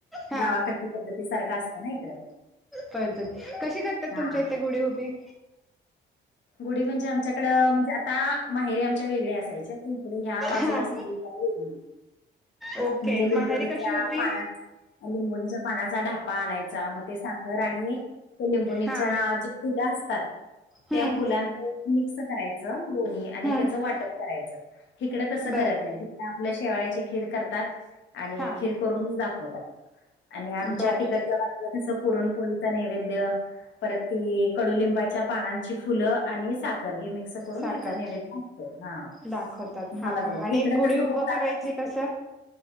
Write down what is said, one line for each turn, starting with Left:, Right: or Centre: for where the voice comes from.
Centre: हा
Left: गावाकडची पद्धती सारखं असतं ना इकडं.
Centre: पद्धत, कशी करत्यात
Left: हा
Centre: तुमच्या इथे गुडी उभी?
Left: गुढी म्हणजे आमच्याकडं, म्हणजे आता माहेरी आमच्या वेगळे असायच्या इकडे ह्या बाजूला
Centre: हा
Left: सांगली जरा वेगळी
Centre: ओके
Left: म्हणजे लिंबोनीच्या
Centre: माहेरी कशी होती
Left: पानात लिंबोणीच्या पानाचा ढापा आणायचा, मग ते साखर आणि लिंबोणीच्या
Centre: हा
Left: जी फूल असतात. त्या
Centre: हम्म
Left: फुलांच मिक्स करायच दोन्ही आणि
Centre: हम्म
Left: त्याच वाटण. करायच हिकड तस
Centre: बर
Left: करत नाही हिकड आपल शेवयांची खीर करतात. आणि
Centre: हा
Left: खीर करून दाखवतात आणि आमच्या
Centre: बर
Left: तिकडचा आपला कसा पुरणपोळीचा नैवेद्य परत ती कडुलिंबाच्या पानां ची फुल आणि साखर हे मिक्स करून
Centre: साखर
Left: ह्याचा नेवैद्य दाखवतात हां
Centre: दाखवतात
Left: ह्या
Centre: हा
Left: बाजूला
Centre: हा आणि
Left: इकड
Centre: गुढी
Left: तस कोण
Centre: उभं
Left: दाखवतच
Centre: करायची कसं